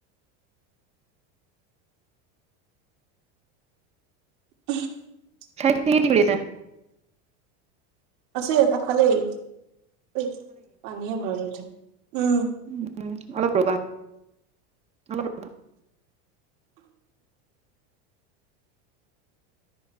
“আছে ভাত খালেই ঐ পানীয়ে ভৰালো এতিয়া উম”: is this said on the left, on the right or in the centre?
Right